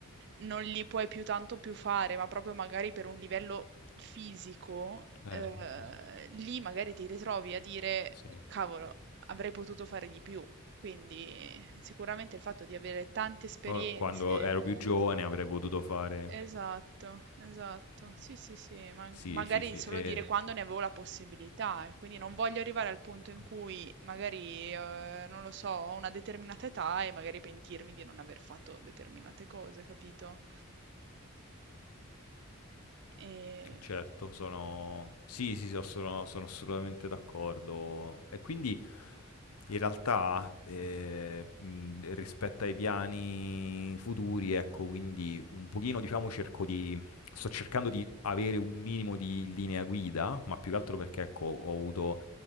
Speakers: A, on the right; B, on the left.
A: non li puoi più tanto più fare, ma proprio magari per un livello fisico,
B: eh,
A: eh,
B: sì,
A: lì magari ti ritrovi a dire,
B: sì.
A: cavolo, avrei potuto fare di più. Quindi sicuramente il fatto di avere tante esperienze.
B: Poi quando ero più giovane avrei potuto fare
A: Esatto, esatto.
B: Mh.
A: Sì, sì, sì, ma
B: Sì,
A: magari
B: sì, sì,
A: solo
B: e
A: dire quando ne avevo la possibilità e quindi non voglio arrivare al punto in
B: Mh.
A: cui magari, eh, non lo so, ho una determinata età e magari pentirmi di non aver fatto determinate cose, capito? E...
B: Certo, sono... Sì, sì, so- sono, sono assolutamente d'accordo. E quindi in realtà eh, mh, rispetto ai piani futuri, ecco, quindi un pochino, diciamo, cerco di... Sto cercando di avere un minimo di linea guida, ma più che altro perché, ecco, ho avuto,